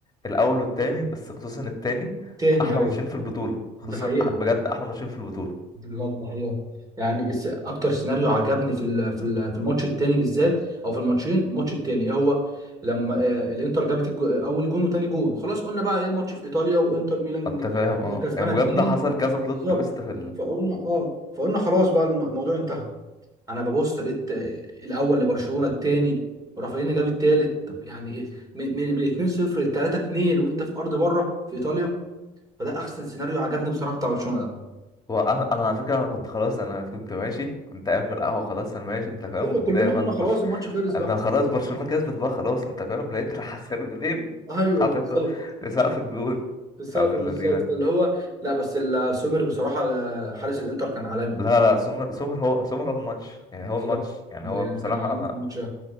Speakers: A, on the left; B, on the right.
A: الاول والتاني بس خصوصا التاني
B: تاني
A: احلى
B: ايوه
A: ماتشين في البطوله خصوصا
B: ده حقيقه
A: أح- بجد احلى ماتشين في البطوله
B: بجد حقيقة يعني الس- اكتر سيناريو عجبني في ال- في ال- في الماتش التاني بالذات او في الماتشين الماتش التاني ايه هو لما آه، الانتر جابت الجو- اول جون وتاني جون خلاص قلنا بقى ايه الماتش في ايطاليا وانتر ميلان
A: انت فاهم اه
B: آه، كسبانه
A: يعني بجد
B: اتنين
A: حصل كذا بلوت
B: بالظبط
A: تويست في
B: فقلنا اه فقلنا خلاص بقى الم- الموضوع انتهى انا ببص لقيت آه، الاول لبرشلونه التاني ورافينيا جاب التالت طب يعني ايه من من من 2-0 ل 3-2 وانت في ارض بره في ايطاليا فده احسن سيناريو عجبني بصراحه بتاع برشلونه
A: وانا انا انا على فكره انا كنت خلاص انا كنت ماشي كنت قايم من القهوه خلاص انا ماشي انت فاهم
B: ايوه
A: متضايق
B: كلنا
A: بقى
B: قلنا
A: ان
B: خلاص
A: برش...
B: الماتش خلص بقى
A: انا خلاص برشلونه كسبت بقى خلاص انت فاهم لقيت راح سيرفين
B: ايوه
A: حاططها
B: بالظبط
A: لسقف الجول
B: بالظبط
A: يا ابن
B: بالظبط
A: اللذينه
B: فاللي هو لا بس ال- سومر بصراحه آه، حارس الانتر كان عالمي
A: لا لا سومر سومر هو سومر هو الماتش يعني
B: بالظبط
A: هو الماتش يعني
B: ده
A: هو
B: يعني
A: بصراحه
B: كان عالمي في الماتش ده